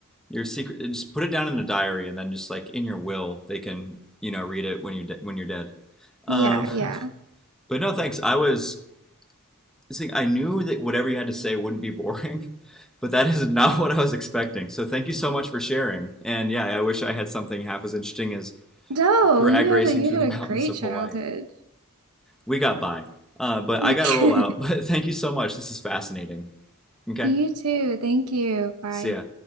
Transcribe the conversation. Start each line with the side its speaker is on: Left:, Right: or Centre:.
Centre: Your secret, just put it down in a diary, and then just like in your will, they can you know read it when you're de- when you're dead. Um,
Right: Yeah, yeah.
Centre: <laughs> but no, thanks. I was this thing, I knew that whatever you had to say wouldn't be boring, <laughs> but that is not what I was expecting. So thank you so much for sharing. And yeah, I wish I had something half as interesting as
Right: No,
Centre: drag
Right: you
Centre: racing
Right: had a you
Centre: through
Right: had
Centre: the
Right: a
Centre: <laughs> mountains
Right: great
Centre: of
Right: childhood.
Centre: Hawaii. We got by, uh, but
Right: <laughs>
Centre: I got to roll out. <laughs> But thank you so much. This is fascinating. Okay,
Right: You too. Thank you. Bye.
Centre: see ya.